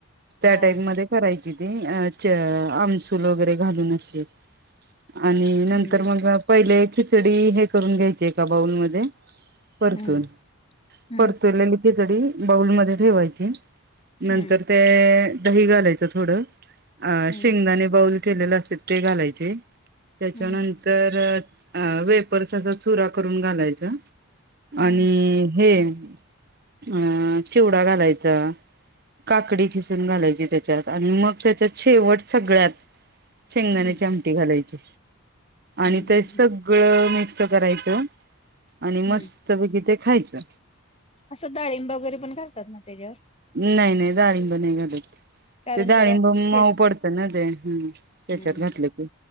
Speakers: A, on the right (about 45°); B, on the left (about 25°).
A: त्या
B: हा
A: टाईप मध्ये करायची. तिथे च.. आमसूल वगैरे घालून अशी. आणि नंतर
B: हम्म
A: मग पहिले, खिचडी हे करून घ्यायची एका का बाऊलमध्ये. परतून
B: हम्म हम्म.
A: परतवलेली खिचडी बाऊलमध्ये ठेवायची. नंतर
B: हम्म
A: ते दही घालायचं थोडं, अ
B: हम्म
A: शेंगदाने बाऊल केलेलं असत ते घालायचे त्याच्यानंतर,
B: हम्म
A: अ वेपर्सचा चुरा करून घालायचा.
B: हम्म
A: आणि हे अ चिवडा घालायचा. काकडी खिसून घालायची त्याच्यात आणि मग त्याचात शेवट सगळ्यात. शेंगदाने
B: हम्म
A: ची आमटी घालायची.
B: हम्म
A: आणि ते
B: हम्म
A: सगळं मिक्स करायचं, आणि मस्त
B: हम्म
A: <unintelligible> ते खायचं.
B: असं डाळिंब वगैरे पण घालतात ना तेच्यावर.
A: नाही नाही डाळिंब नाही घालत,
B: कारण
A: ते डाळिंब
B: जरा तेच
A: मऊ पडतं ना ते. हम्म त्याच्यात
B: हम्म
A: घातलं की,